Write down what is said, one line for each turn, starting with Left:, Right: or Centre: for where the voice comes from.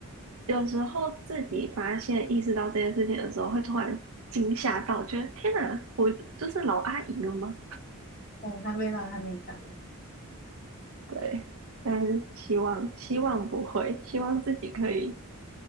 Right: 有时候自己发现、意识到这件事情的时候，会突然惊吓到，觉得天哪，我就是老阿姨了吗？
Left: 哦，还没啦，还没，还没。
Right: 对，但是希望希望不会，希望自己可以